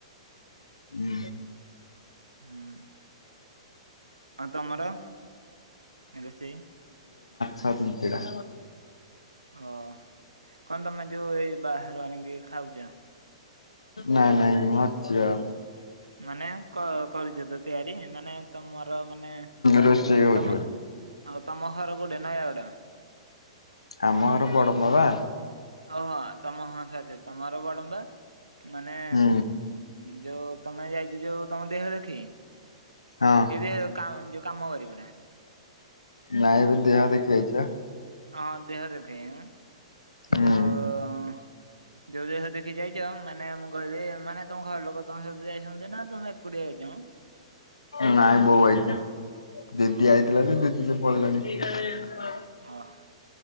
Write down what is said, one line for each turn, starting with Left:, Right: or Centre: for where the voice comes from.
Left: ହୁଁ।
Right: ହୁଁ। ହଁ ତମର ରୋଷେଇ
Left: ଛ ଛିଞଛେଡ଼ା।
Right: ଓ କଣ ତମେ ଯୋଉ ଏଇ ବାହାରୁ ଆଣିକି ଖାଉଛ।
Left: ନାଇଁ ନାଇଁ ମଁ ଝିଅ।
Right: ମାନେ। କରୁଛ ତ ତିଆରି ମାନେ ତମର ମାନେ
Left: ରୋଷେଇ ହଉଛି
Right: ତମ
Left: ଘରେ
Right: ଆଉ ତମ ଘର କୋଉଠି ନୟାଗଡ଼।
Left: ଆମ ଘର ବଡ଼ମ୍ବା ପା।
Right: ଓହୋ ତମ ହଁ ସରି ସାରି। ତମର ବଡମ୍ବା ମାନେ
Left: ହୁଁ
Right: ଯୋଉ ତମେ ଆଜି ଯାଇଛ ଯୋଉ ତମ ଦେହ ଦେଖି।
Left: ହଁ।
Right: ଯଦି କ ଯୋଉ କାମ କରିବୁନା।
Left: ନାଇଁ ଏ ଦେହ ଦେଖେଇ ଆଇଛି ପା।
Right: ହଁ ଦେହ ଦେଖେଇ।
Left: ହୁଁ।
Right: ଯଉ ଯୋଉ ଦେହ ଦେଖେଇ ଯାଇଛ ମାନେ ମୁଁ କହିଲି ମାନେ ତମ ଘର ଲୋକ ତମ ସହିତ ଯାଇଛନ୍ତି ନା ତମେ ଏକୁଟିଆ ଯାଇଛ। ମ?
Left: ନାଇଁ ବୋଉ ଆଇଚି ଦିଦି
Right: ଓହୋ
Left: ଆଇଥିଲା ଯେ ଦିଦି ପଳେଇଲାଣି।
Right: ଓ ହ।